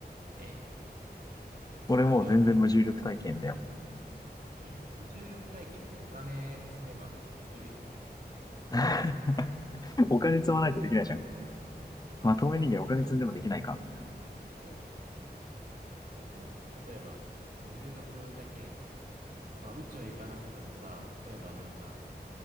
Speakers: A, on the right; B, on the left.
A: え
B: 俺もう全然無重力体験だよ。
A: 違うのえ、無重力体験ってお金積めばできるよ。
B: <laughs> お金積まないとできないじゃん。
A: まあそうだけど、
B: まあ、透明人間お金積んでもできないか。
A: と、そう。え例えば、無重力体験、まあ宇宙行かなくてもさ、例えばなんか、